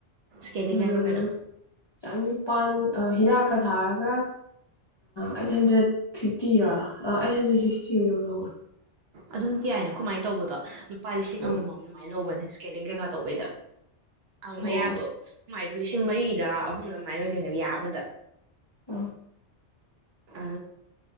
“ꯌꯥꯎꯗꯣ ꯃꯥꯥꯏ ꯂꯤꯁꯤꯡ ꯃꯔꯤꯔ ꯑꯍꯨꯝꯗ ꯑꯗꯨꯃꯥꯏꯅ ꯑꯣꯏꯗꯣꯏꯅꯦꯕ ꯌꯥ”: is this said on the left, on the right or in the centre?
Right